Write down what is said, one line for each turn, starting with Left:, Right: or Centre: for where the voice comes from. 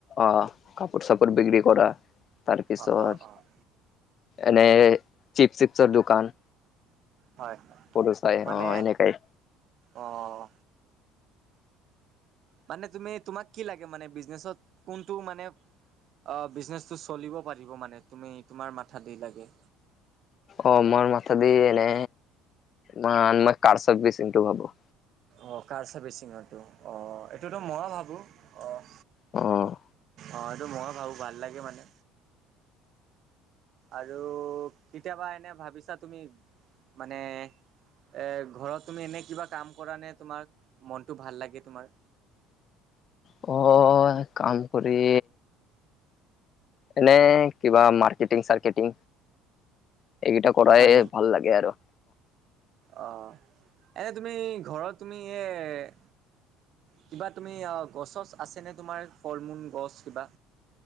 Left: অঁ, কাপোৰ-চাপোৰ বিক্ৰী কৰা, তাৰপিছত-
Right: অ', অ', অ',
Left: এনে চিপ-চিপচৰ দোকান।
Right: হয়,
Left: সৰু চাই
Right: মানে
Left: অ এনেকাই
Right: অঁ'। মানে তুমি তোমাক কি লাগে মানে? বিজনেচত কোনটো মানে- অঁ' বিজনেচটো চলিব পাৰিব মানে তুমি তোমাৰ মাথা দি লাগে।
Left: অঁ' মোৰ মাথা দি এনে, ম মই কাৰ ছাৰ্ভিচিঙটো ভাবো।
Right: অঁ' কাৰ চাৰ্ভিচিঙটো অঁ' এইটোতো মইয়ো ভাবো অঁ'।
Left: অঁ'
Right: অঁ' এইটো ময় ভাবো ভাল লাগে মানে। আৰু কেতিয়াবা এনে ভাবিছা তুমি, মানে- এ, ঘৰত তুমি এনে কিবা কাম কৰা নে তোমাৰ মনটো ভাল লাগে তোমাৰ।
Left: কয় কাম কৰি। এনে কিবা মাৰ্কেটিং-চাৰ্কেটিং এইগিটা কৰাইয়ে
Right: হয়
Left: ভাল লাগে আৰু।
Right: অঁ' এ তুমি ঘৰত তুমি এ- কিবা তুমি গছ ছছ আছেনে তোমাৰ ফল মূল গছ কিবা।